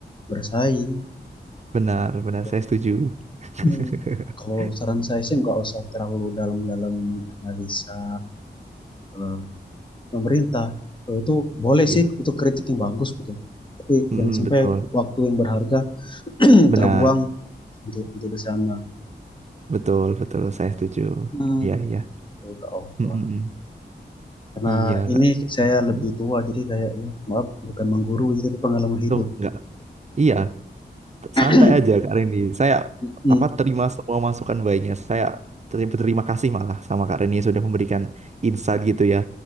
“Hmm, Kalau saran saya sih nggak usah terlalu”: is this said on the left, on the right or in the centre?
Left